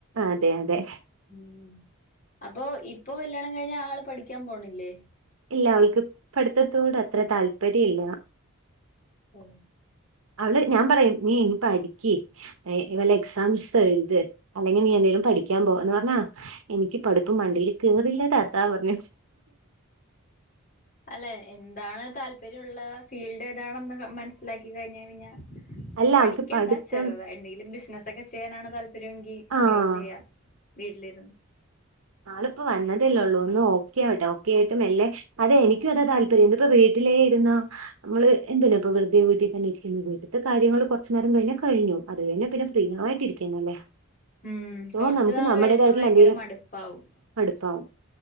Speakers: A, on the right (about 75°); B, on the left (about 40°).
A: അതെ അതെ
B: ഉം അപ്പൊ ഇപ്പൊ കല്യാണം കഴിഞ്ഞ ആള് പഠിക്കാൻ പോണില്ലേ
A: ഇല്ല അവൾക്ക് പഠിത്തത്തോട് അത്ര താല്പര്യ ഇല്ല
B: ഓ
A: അവള് ഞാൻ പറയും നീ ഇനി പഠിക്കി വല്ല എക്സാംസ് എഴുത് അല്ലെങ്കിൽ നീ എ പഠിക്കാൻ പോന്ന് പറഞ്ഞാ എനിക്ക് പഠിപ്പ് മണ്ടില് കേറില്ലതാത്ത പറഞ്ഞ്
B: അല്ല എന്താണ് താല്പര്യമുള്ള ഫീൽഡ് ഏതാണെന്ന് മനസ്സിലാക്കി കഴിഞ്ഞ പിന്നെ
A: അല്ല
B: പഠിക്കണ്ട
A: അവൾക്ക് പഠിത്തം
B: ചെറുതായെന്തെങ്കിലും ബിസിനസ്സൊക്കെ ചെയ്യാനാണ് താല്പര്യ രുങ്കി അങ്ങനെയും
A: ആഹ്
B: ചെയ്യാം വീട്ടിലിരുന്ന്
A: ആളിപ്പോ വന്നതല്ലേയുള്ളൂ ഒന്ന് ഓക്കെ ആവട്ടെ ഓക്കെ ആയിട്ട് മെല്ലെ അതെ എനിക്കും അതാ താല്പര്യം ഇതിപ്പോ വീട്ട് വീട്ടിലേയിരുന്ന നമ്മള് എന്തിനാണി പ്പോ വെറുതെ വീട്ടിൽ തന്നെ ഇരിക്കുന്നത് വീട്ടിത്തെ കാര്യങ്ങള് കുറച്ചു നേരം കഴിഞ്ഞാൽ കഴിഞ്ഞു അത് കഴിഞ്ഞപിന്നെ ഫ്രീയായിട്ട് ഇരിക്കാനല്ലേ
B: ഉം
A: സോ
B: കൊറച്ചു
A: നമുക്ക്
B: നാള്
A: നമ്മുടേതായിട്ടുള്ള
B: കഴിയുമ്പോ ഭയങ്കര
A: എന്തെലും
B: മടുപ്പാവും
A: അടുപ്പാവും